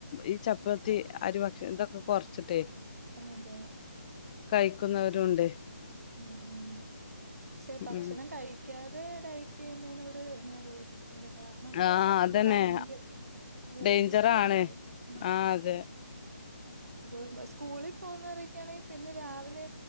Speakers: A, on the left; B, on the right.
A: ഈ ചപ്പാത്തി അരി ഭക്ഷണം ഇതൊക്കെ കൊറച്ചിട്ടേ
B: അതെ
A: കഴിക്കുന്നവരും ണ്ട്
B: ഉം പക്ഷെ ഭക്ഷണം
A: ഉം
B: കഴിക്കാതെ ഡയറ്റ് നോട് ഞാൻ യോജിക്കുന്നില്ല കാരണം
A: ആഹ് അതന്നെ
B: അത് ഭയങ്കര ഹെൽത്ത്
A: ഡേഞ്ചറാണ്
B: ഇഷ്യൂ ഉണ്ടാവും ഉം
A: ആഹ് അതെ
B: ഇപ്പൊ സ്കൂളിൽ പോകുന്നവരൊക്കെയാണെങ്കിൽ പിന്നെ രാവിലെ